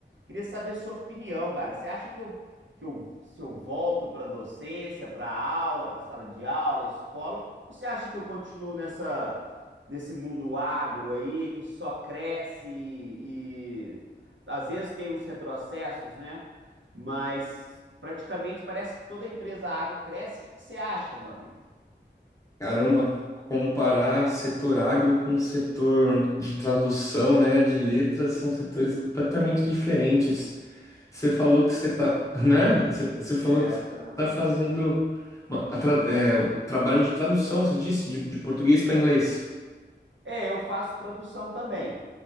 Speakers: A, on the right; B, on the left.
A: Queria saber a sua opinião, cara. Você acha que eu, que eu se eu volto para docência, para aula, para sala de aula, escola, ou você acha que eu continuo nessa nesse mundo agro aí que só cresce e, e às vezes tem uns retrocessos, né? mas praticamente parece que toda empresa agro cresce. O que que você acha, meu amigo?
B: Caramba, comparar setor agro com setor de tradução, né, de letras, são setores completamente diferentes. Você falou que você tá, né? Você você falou
A: É,
B: que você
A: então realmente.
B: tá fazendo uma- a tra- é, o trabalho de tradução, você disse, de, de português para inglês.
A: É, eu faço tradução também,